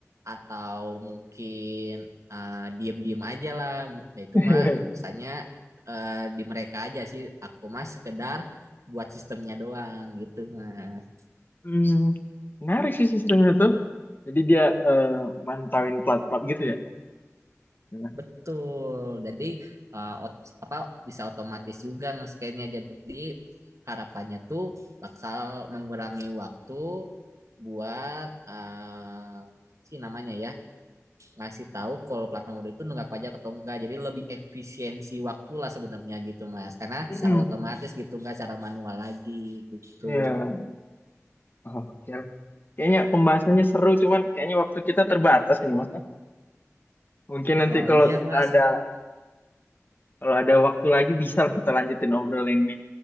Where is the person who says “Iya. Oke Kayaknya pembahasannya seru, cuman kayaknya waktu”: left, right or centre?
Left